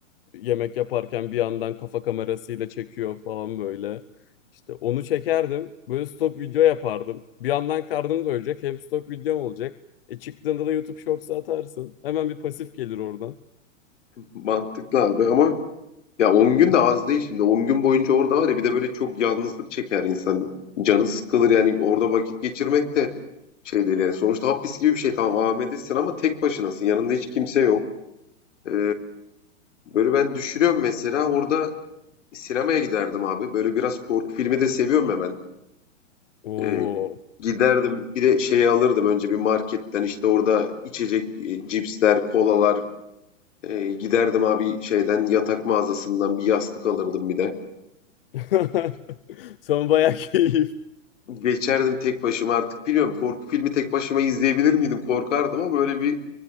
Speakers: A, on the left; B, on the left.
A: yemek yaparken bir yandan kafa kamerasıyla çekiyor falan böyle. İşte onu çekerdim. Böyle stok video yapardım. Bir yandan karnım doyacak hem stok videom olacak. E çıktığında da YouTube Shorts'a atarsın. Hemen bir pasif gelir oradan.
B: Mantıklı abi ama Ya 10 gün de az değil şimdi. 10 gün boyunca orada var ya bir de böyle çok yalnızlık çeker insan. Canı sıkılır yani orada vakit geçirmek de şey değil yani. Sonuçta hapis gibi bir şey tamam AVM'desin ama tek başınasın. Yanında hiç kimse yok. Ee, böyle ben düşünüyorum mesela orada sinemaya giderdim abi. Böyle biraz korku filmi de seviyorum ya ben.
A: Oo.
B: Ee, giderdim bir de şeyi alırdım önce bir marketten işte orada içecek e, cipsler, kolalar. Ee, giderdim abi şeyden yatak mağazasından bir yastık alırdım bir de.
A: <laughs> Sen bayağı keyifli.
B: Geçerdim tek başıma artık bilmiyorum korku filmi tek başıma izleyebilir miydim korkardım ama böyle bir